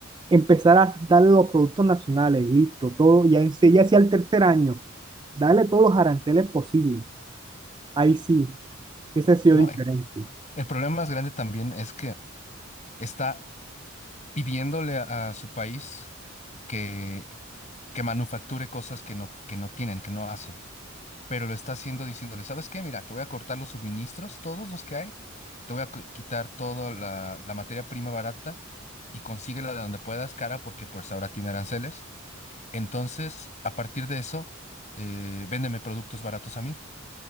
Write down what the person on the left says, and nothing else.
No,
el, el problema más grande también es que está pidiéndole a, a su país que, que manufacture cosas que no, que no tienen, que no hacen. pero lo está haciendo diciéndole, ¿sabes qué? Mira, te voy a cortar los suministros, todos los que hay, te voy a cu- quitar toda la, la materia prima barata y consíguela de donde puedas cara porque pues ahora tiene aranceles. Entonces, a partir de eso, eh, véndeme productos baratos a mí.